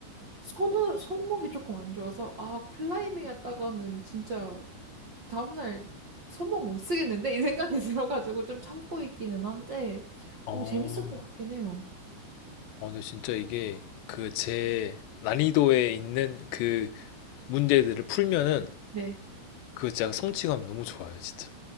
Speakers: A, on the right; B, on the left.
A: 손을, 손목이 조금 안 좋아서, 아, 클라이밍 했다가는 진짜 다음날 손목 못 쓰겠는데? 이 생각이 <laughs> 들어가지고 좀 참고 있기는 한데,
B: 어,
A: 오, 재밌을 것 같긴 해요.
B: 어, 근데 진짜 이게 그 제 난이도에 있는 그 문제들을 풀면은
A: 네.
B: 그 진짜 성취감이 너무 좋아요, 진짜.